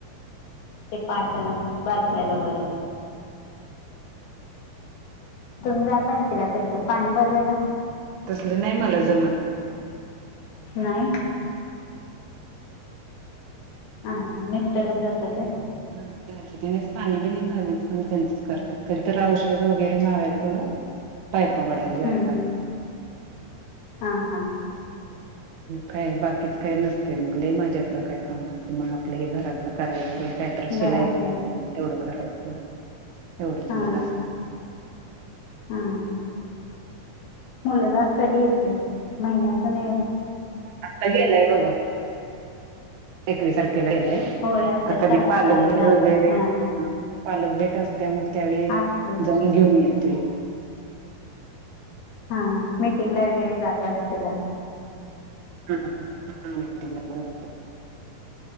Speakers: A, on the left (about 80°); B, on the right (about 65°).
A: ते पाटणच बाचलेलं बरं. तुम्ही जात असशीला कधीतर पाणी पाजायला?
B: तसलं नाही मला जमत.
A: नाही हा, हा मिस्टरच जातात.
B: हा त्यांच त्यानेच पाणीबीणी पाजायचं आणि त्यांचच करत्यात, कधीतरी औषध वगैरे मारायच तेवढं. पायपा वडायला जायला
A: हम्म
B: लागतं.
A: हा, हा.
B: काय बाकीच काय नसते, मग लय माझ्याकडं काय काम नसते, मग आपलं हे घरातलं करायचं. काहीतरी
A: घरातले
B: शिलाई तेवढं करायचं, एवढंच
A: हा
B: मला असतं.
A: हा. मुलगा कधी येतोय, महिन्यातून ये.
B: आता गेलाय बघा, एकवीसार खेला गेलाय,
A: होय आता
B: कधी
A: शाळा
B: पालक
A: चालू
B: बीट
A: झाल्यात
B: वगैरे
A: हा
B: पालक बीट. त्या मग, त्यावेळी
A: असले
B: जाऊन घेऊन येतोय.
A: हा, हा, मीटिंगला वगैरे जात असतीला.
B: ह, ह, ह <unintelligible>